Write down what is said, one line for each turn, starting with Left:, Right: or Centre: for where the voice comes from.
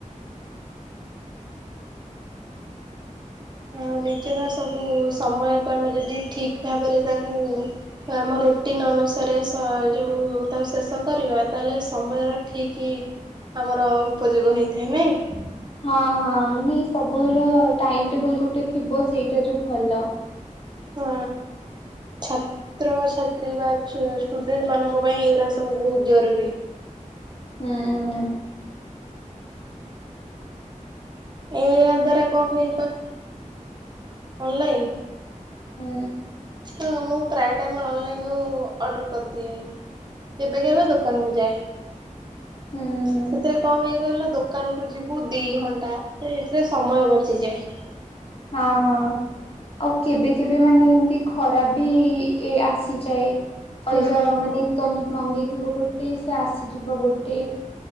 Right: ଆଉ ନିଜର ସବୁ ସମୟକୁ ଆମେ ଯଦି ଠିକ୍ ଭାବରେ ତାକୁ ଆମ ରୁଟିନ୍ ଅନୁସାରେ ସ ଯୋଉ ତାକୁ ଶେଷ କରିବା ତାହେଲେ ସମୟର ଠିକ୍ ଆମର ଉପଯୋଗ ହେଇଥାଏ ନାଇଁ।
Left: ହଁ ହଁ ମାନେ ସବୁ ର ଟାଇମ ଟେବୁଲ ଗୋଟେ ଥିବ ସେଇଟା ଯୋଉ ଭଲ।
Right: ହଁ ଛାତ୍ରଛାତ୍ରୀ ବା ଷ୍ଟୁଡେଣ୍ଟ ମାନଙ୍କ ପାଇଁ ଏଉରା ସବୁ ବହୁତ ଜରୁରୀ।
Left: ହୁଁ ଉଁ।
Right: ଏ ଆଦରା କଁ ହୁଏ କ ଅନଲାଇନ୍।
Left: ହୁଁ।
Right: ହଁ ମୁଁ ପ୍ରାୟ ଟାଇମ ଅନଲାଇନରୁ ଅର୍ଡ଼ର କରିଦିଏ। କେବେ କେବେ ଦୋକାନ କୁ ଯାଏ
Left: ହୁଁ,
Right: ସେଥିରେ କଣ ହୁଏ କହିଲ ଦୋକାନକୁ ଯିବୁ ଦି ଘଣ୍ଟା ଏଥିରେ ସମୟ ବଞ୍ଚିଯାଏ।
Left: ହଁ ହଁ। ଆଉ କେବେ କେବେ ମାନେ ଏମତି ଖରାପ ବି ଆସିଯାଏ। ଅଲଗା
Right: ହୁଁ
Left: ମାନେ ତମେ ମଗେଇଥିବ ଗୋଟେ ସେ ଆସିଯିବ ଗୋଟେ।